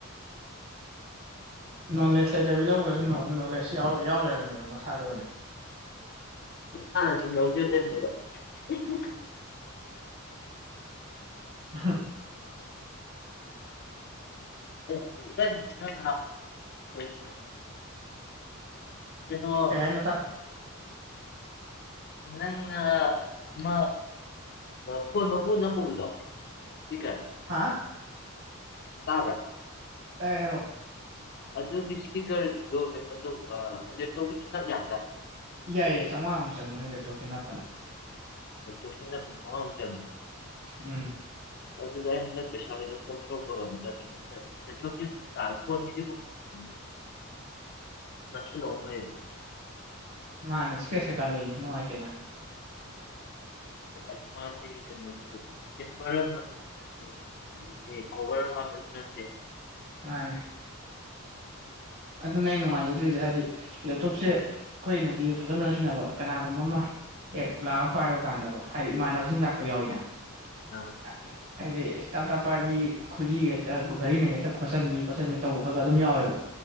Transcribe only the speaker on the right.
ꯅꯣꯂꯦꯖ ꯂꯩꯇꯕꯤ ꯂꯧꯔꯒꯁꯨ ꯅꯣꯂꯦꯖ ꯌꯥꯎ ꯂꯩꯔꯝꯃꯦꯕ ꯃꯁꯥꯗ ꯑꯣꯏꯅ
ꯑ <inaudible>
ꯀꯩ ꯍꯥꯢꯅꯣ ꯇ
ꯍꯥꯥ
ꯇꯥꯏ ꯍꯥꯏꯔꯛꯑꯣ
ꯌꯥꯏ ꯌꯥꯏ ꯆꯥꯝꯃꯉꯥꯃꯨꯛꯪꯅꯦ ꯂꯦꯞꯇꯣꯞꯀꯤ ꯅꯞꯄꯅ
ꯎꯝ
ꯃꯥꯅꯦ ꯏꯁꯀ꯭ꯔꯦꯁ ꯀꯩꯀꯥ ꯂꯩꯌꯦꯕ ꯅꯨꯡꯉꯥꯏꯇꯦꯅ
ꯃꯥꯅꯦ ꯑꯗꯨꯅ ꯑꯩ ꯅꯨꯡꯉꯥꯏꯖꯗ꯭ꯔꯤꯁꯦ ꯍꯥꯏꯗꯤ ꯂꯦꯞꯇꯣꯞꯁꯦ ꯑꯩꯈꯣꯏꯅꯗꯤ ꯐꯖ ꯐꯖ ꯁꯤꯖꯤꯟꯅꯕ ꯀꯅꯥꯒꯨꯝꯕ ꯑꯃ ꯍꯦꯛ ꯂꯥꯛꯑꯒ ꯄꯥꯏꯕ ꯀꯥꯟꯗꯀꯣ ꯍꯥꯏꯗꯤ ꯏꯃꯥꯟꯅꯕꯁꯤꯡ ꯂꯥꯛꯄ ꯌꯥꯎꯋꯤꯅ
ꯑꯥꯏ ꯍꯥꯏꯗꯤ ꯇꯞꯇꯥꯥ ꯄꯥꯏꯕꯤ ꯈꯨꯖꯤ ꯍꯦꯛꯇ ꯘꯔꯤꯅ ꯍꯦꯛꯇ ꯈꯣꯠꯆꯟꯕꯤ ꯈꯣꯠꯆꯟꯕꯤ ꯇꯧꯕ ꯈꯛꯒ ꯑꯗꯨꯝ ꯌꯥꯎꯋꯦꯕ